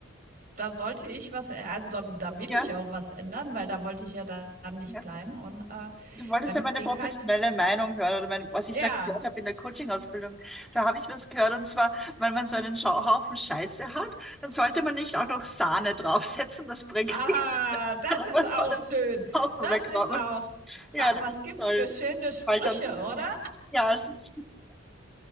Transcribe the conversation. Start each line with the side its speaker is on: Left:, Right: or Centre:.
Right: da sollte ich was, ä- also da, da will
Centre: Ja,
Right: ich auch was ändern, weil da wollte ich ja dann nicht
Centre: ja.
Right: bleiben. Und äh,
Centre: Du wolltest
Right: dann
Centre: ja meine
Right: ging
Centre: professionelle
Right: halt,
Centre: Meinung hören oder meine, was
Right: ja.
Centre: ich da gehört habe in der Coaching-Ausbildung. Da habe ich was gehört und zwar, wenn man so einen Schau- Haufen Scheiße hat, dann sollte man nicht auch noch Sahne draufsetzen, das bringt
Right: Ah,
Centre: nichts, <laughs>
Right: das
Centre: sondern
Right: ist
Centre: man
Right: auch
Centre: soll einen
Right: schön.
Centre: Haufen
Right: Das
Centre: wegräumen.
Right: ist auch.
Centre: Ja,
Right: Ach,
Centre: das
Right: was
Centre: ist
Right: gibt's
Centre: toll.
Right: für schöne
Centre: Das
Right: Sprüche,
Centre: fällt dann was
Right: oder?
Centre: hin. Ja, es ist